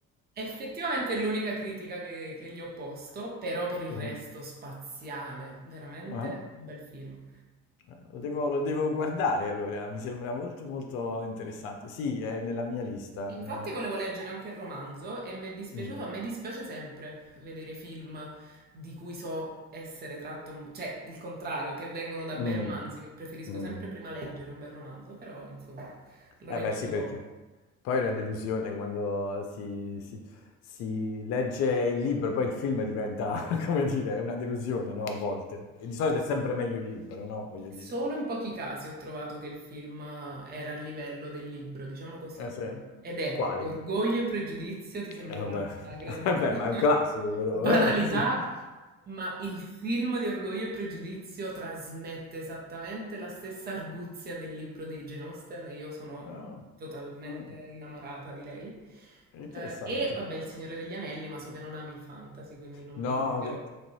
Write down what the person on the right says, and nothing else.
Effettivamente è l'unica critica che, che gli ho posto, però per il
resto spaziale, veramente
un bel film.
Infatti
volevo leggere anche il romanzo e mi è dispiaciuto,
a me dispiace sempre vedere film di cui so essere tratto, un- cioè il contrario, che vengono da
bei romanzi, preferisco
sempre prima leggere un bel romanzo, però insomma lo
leggerò
dopo.
Solo
in pochi casi ho trovato che il film era a livello del libro, diciamo così.
Ed è
Orgoglio e Pregiudizio, ti sembrerà
una grandissima
<laughs>
banalità,
ma il film di Orgoglio e Pregiudizio trasmette esattamente la stessa arguzia del libro di Jane Austen e io sono
totalmente
innamorata di lei.
Eh, e vabbè, Il Signore degli Anelli, ma so che non ami il fantasy, quindi non
mi dilungherò.